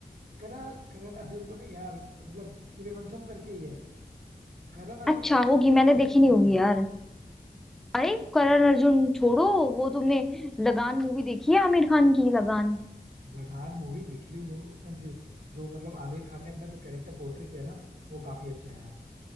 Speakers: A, on the right; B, in the centre.
A: करण करण अर्जुन तो नहीं यार मतलब सूर्यवंशम करके ही है करण अर्जुन
B: अच्छा
A: भी यार
B: होगी
A: काफी वैसे
B: मैंने
A: अच्छी
B: देखी नहीं
A: मूवी
B: होगी
A: थी
B: यार अरे करण अर्जुन छोड़ो वो तुमने लगान मूवी देखी है आमिर खान की लगान
A: लगान मूवी लिटरली उन्होंने उसमें जो, जो मतलब आमिर खान ने अपना जो कैरेक्टर पोर्ट्रे किया ना वो काफी अच्छा है यार